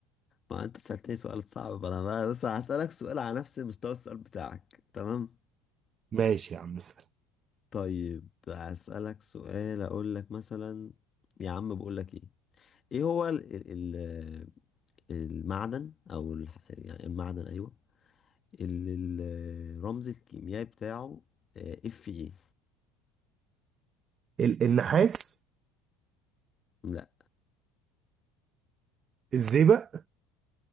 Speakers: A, on the left; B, on the right.
A: ما انت سألتني سؤال صعب انا بقى بس هسألك سؤال على نفس مستوى السؤال بتاعك تمام
B: ماشي يا عم اسأل
A: طيب هسألك سؤال اقول لك مثلا يا عم بقول لك ايه ايه هو ال ال ال- المعدن او ال يعني المعدن ايوه اللي الرمز الكيميائي بتاعه اف ايه
B: ال- النحاس
A: لا
B: الزئبق